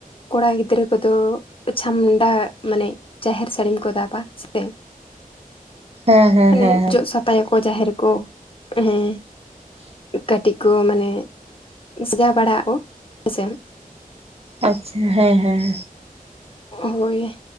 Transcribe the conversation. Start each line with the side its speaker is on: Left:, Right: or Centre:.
Left: ᱠᱚᱲᱟ ᱜᱤᱫᱽᱨᱟᱹ ᱠᱚᱫᱚ ᱪᱷᱟᱢᱰᱟ ᱢᱟᱱᱮ ᱡᱟᱦᱮᱨ ᱥᱟᱹᱲᱤᱢ ᱠᱚ ᱫᱟᱵᱟ ᱥᱮ
Right: ᱦᱮᱸ ᱦᱮᱸ
Left: ᱢᱟᱱᱮ
Right: ᱦᱮᱸ
Left: ᱡᱚᱜ ᱥᱟᱯᱷᱟᱭᱟ ᱠᱚᱻ ᱠᱚ ᱡᱟᱦᱮᱨ ᱠᱚ ᱦᱮᱸ ᱠᱟᱹᱴᱤᱡ ᱮ ᱥᱟᱡᱟᱜ ᱵᱟᱲᱟ ᱟᱵᱚ ᱦᱮᱸᱥᱮ
Right: ᱟᱪᱪᱷᱟ ᱦᱮᱸ ᱦᱮᱸ
Left: ᱦᱳᱭ